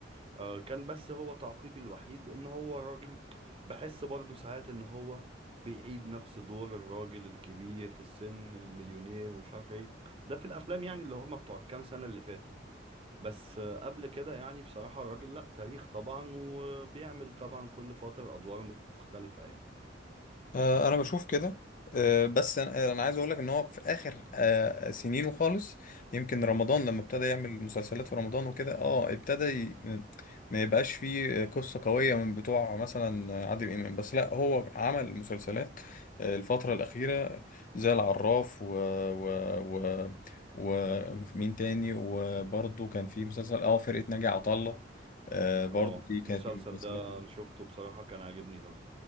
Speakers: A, on the right; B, on the left.
A: آه، كان بس هو تعقيبي الوحيد ان هو راجل بحس برضه ساعات ان هو بيعيد نفس دور الراجل الكبير في السن المليونير ومش عارف ايه ده في الافلام يعني اللي هما بتوع الكام سنة اللي فاتوا بس آه، قبل كده يعني بصراحة الراجل لأ تاريخ طبعا وبيعمل طبعا كل فترة أدوار مختلفة يعني
B: آه، انا بشوف كده آه، بس انا آه، أنا عايز اقول لك ان هو في اخر آه، سنينه خالص يمكن رمضان لما ابتدى يعمل مسلسلات في رمضان وكده اه ابتدى ي... ما يبقاش فيه قصة قوية من بتوع مثلا عادل امام بس لا هو عمل مسلسلات آه، الفترة الأخيرة زي العراف و و و ومين تاني وبرضه كان في مسلسل اه فرقة ناجي عطا الله آه، برضه
A: اه
B: دي كانت
A: المسلسل
B: من المسلسلات
A: ده أنا شفته بصراحة كان عاجبني أوي